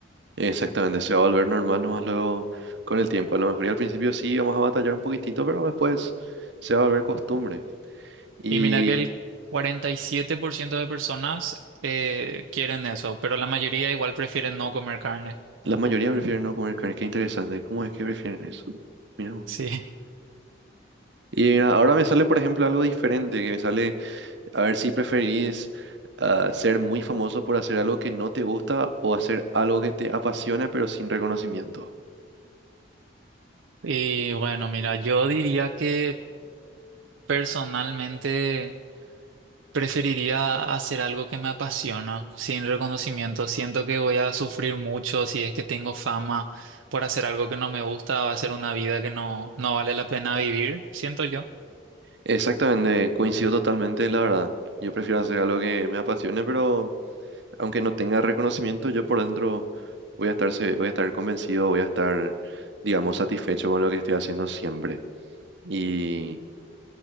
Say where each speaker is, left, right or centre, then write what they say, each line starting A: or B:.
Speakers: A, on the right; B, on the right.
A: Exactamente, se va a volver normal nomás luego con el tiempo. A lo mejor y al principio sí vamos a batallar un poquitito, pero después se va a volver costumbre. Y
B: Y mira que el 47% de personas eh, quieren eso, pero la mayoría igual prefieren no comer carne. <laughs>
A: la mayoría prefieren no comer carne. Qué interesante. ¿Cómo es que prefieren eso? Mira. vos.
B: Sí.
A: Y mira, ahora me sale, por ejemplo, algo diferente, que me sale, a ver si preferís ah, ser muy famoso por hacer algo que no te gusta o hacer algo que te apasiona pero sin reconocimiento.
B: Y bueno, mira, yo diría que personalmente preferiría hacer algo que me apasiona, sin reconocimiento. Siento que voy a sufrir mucho si es que tengo fama por hacer algo que no me gusta, va a ser una vida que no, no vale la pena vivir, siento yo.
A: Exactamente, coincido totalmente, la verdad. Yo prefiero hacer algo que me apasione, pero aunque no tenga reconocimiento, yo por dentro voy a estar, se- voy a estar convencido, voy a estar, digamos, satisfecho con lo que estoy haciendo siempre. Y